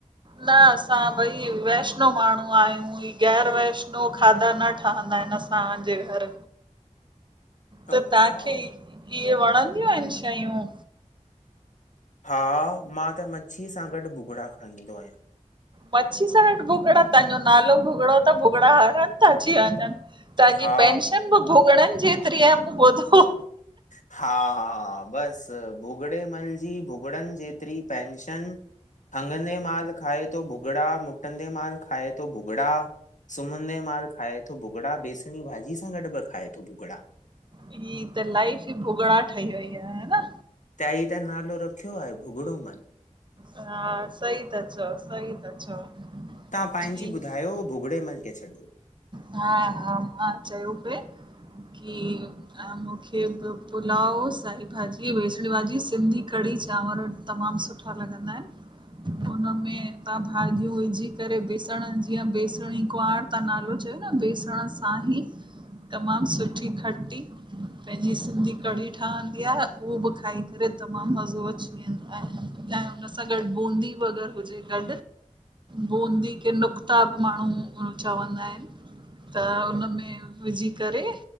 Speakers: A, on the right; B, on the left.
A: न असां भई वैस वैषनो माण्हू आहियूं ही गैर वैषनू खाधा न ठहंदा आहिनि असांजे घर त तव्हांखे
B: अच्छा
A: ही इहे वणंदियूं आहिनि शयूं
B: हा, मां त मच्छी सां गॾु भुॻिड़ा खाईंदो आहियां
A: मच्छी सां गॾु भुॻिड़ा, तव्हांजो नालो भुॻिड़ो त भुॻिड़ा हर हंद था अची वञनि तव्हांजी
B: हा
A: पेंशन बि भुॻणनि जेतिरी आहे मूं ॿुधो
B: हा, बस भुॻड़े मल जी भुॻड़नि जेतिरी पेंशन हंघंदे माल खाए थो भुॻड़ा, मुटंदे माल खाए थो भुॻड़ा सुम्हंदे माल खाए थो भुॻिड़ा बेसणी भाॼी सां गॾु बि खाए थो भुॻिड़ा
A: ही त लाइफ़ ई भुॻड़ा ठही वई आ ह ना
B: त ही त नालो रखियो आहे भुॻड़ो मल
A: हा, सही ता चओ, सही ता चओ
B: तां पंहिंजी
A: ठीकु
B: ॿुधायो भुॻड़े मल खे छॾो
A: हा, हा मां चयो पे की अं मूंखे बि पुलाव, साईभाॼी, बेसणी भाॼी, सिंधी कढ़ी की चांवर तमाम सुठा लॻंदा आहिंन उनमें तां भाॼियूं विझी करे बेसण जी या बेसणी गुवांर तां नालो चयो न बेसण सां ही तमाम सुठी खट्टी पहिंजी सिंधी कढ़ी ठहंदी आह, उहो बि खाई करे तमाम मज़ो अची वेंदो आहे। तां हुन सां गॾ बूंदी वग़ैरह हुजे गॾ बूंदी खे नुक़्ता बि माण्हू चवंदा आहिनि त उन में विझी करे,